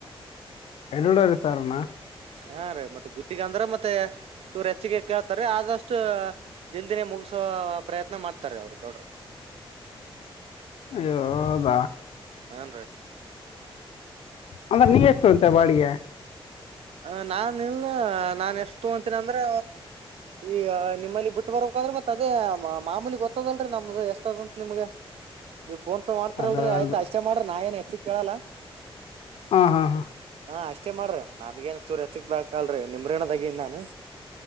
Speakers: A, on the left; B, on the right.
A: ಎರಡೂವರೆ ಸಾವಿರನ
B: ಹಾ ರಿ ಮತ್ತೆ ಗುತ್ತಿಗೆ ಅಂದ್ರೆ ಮತ್ತೆ. ಚೂರು ಹೆಚ್ಚಿಗೆ ಕೇಳ್ತಾರೆ ಆದಷ್ಟು ಜಲ್ದಿನೇ ಮುಗಸೋ ಪ್ರಯತ್ನ ಮಾಡ್ತಾರೆ ಅವರು ಗೌಡ್ರೆ
A: ಅಯ್ಯೋ ಹೌದ
B: ಹಾ ರೀ
A: ಅಂದ್ರೆ ನೀವ ಎಷ್ಟು ತಕೊಂತೀಯ ಬಾಡಿಗೆ.
B: ಹ ನಾನ್ ನಿಲ್ ನಾನ್ ಎಷ್ಟು ತಕೊಂತೀನಿ ಅಂದ್ರೆ ಈ ನಿಮ್ಮಲ್ಲಿ ಬಿಟ್ಟ ಬರ್ಬೇಕ ಅಂದ್ರೆ ಮತ್ತ್ ಅದೇ ಮಾಮೂಲಿ ಗೊತ್ತದಲ್ರರಿ ನಮ್ದ ಎಷ್ಟದಂತ ನಿಮ್ಗೆ ನೀವ್ ಫೋನ್. ಮಾಡ್ತಾರಲ್ರಿ
A: ಅದು ಅದು
B: ಆಯ್ತ ಅಷ್ಟೇ ಮಾಡ್ರ ನಾಯನೆ. ಕೇಳಲ್ಲ.
A: ಹಾ ಹಾ ಹಾ.
B: ಹಾ ಅಷ್ಟೇ ಮಾಡ್ರ. ನನ್ಗೇನ್ ಚೂರು ಎಚ್ಚಕ್ ಬಲ್ರರಿ ನಿಮ್ರೇನದಾಗ ನಾನು.